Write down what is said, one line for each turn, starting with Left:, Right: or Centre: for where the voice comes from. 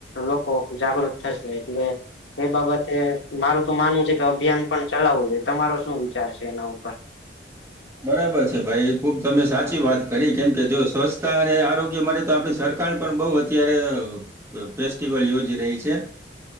Left: લોકો. જાગૃત થશે એટલે એ બાબતે મારું તો માનવું છે કે અભિયાન. પણ ચલાવવું જોઈએ તમારો શું વિચાર છે એના ઉપર.
Right: બરાબર છે ભાઈ ખુબ તમે સાચી વાત કરી કેમ કે જો સ્વચ્છતા અને આરોગ્ય માટે તો આપણી સરકાર. સરકાર પણ બૌ અત્યારે ફેસ્ટિવલ યોજી રહી છે.